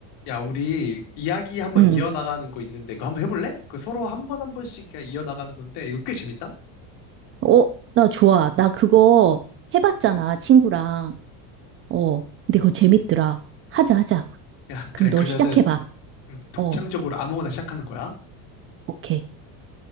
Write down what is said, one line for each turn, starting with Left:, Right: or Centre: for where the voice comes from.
Left: 야, 우리 이야기 한번
Right: 응.
Left: 이어나가는 거 있는데 그거 한번 해볼래? 그 서로 한번 한 번씩 그냥 이어나가는 건데 이거 꽤 재밌다?
Right: 어, 나 좋아. 나 그거 해봤잖아, 친구랑. 어, 근데 그거 재밌더라. 하자, 하자.
Left: 야,
Right: 그럼
Left: 그래.
Right: 너
Left: 그러면은
Right: 시작해봐.
Left: 음, 독창적으로
Right: 어,
Left: 아무거나 시작하는 거야.
Right: 오케이.